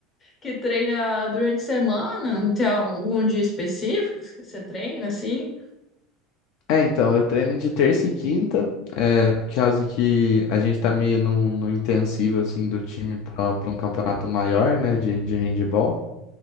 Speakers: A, on the left; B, on the left.
A: que treina durante a semana, não tem algum dia específico que você treina, assim?
B: É, então, eu treino de terça e quinta, é, por causa que a gente tá meio num, num intensivo, assim, do time pra pra um campeonato maior, né, de, de handebol.